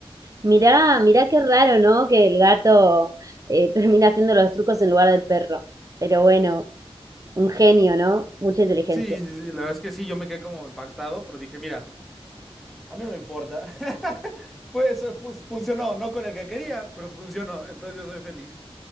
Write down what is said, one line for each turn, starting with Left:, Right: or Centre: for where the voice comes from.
Right: Mirá, mirá qué raro, ¿no? Que el gato eh, termina haciendo los trucos en lugar del perro. Pero bueno, un genio, ¿no? Mucha inteligencia.
Centre: Sí, sí, sí, la verdad es que sí, yo me quedé como impactado, pero dije, mira, a mí no me importa. <laughs> Pues fu- funcionó, no con el que quería, pero funcionó, entonces yo soy feliz.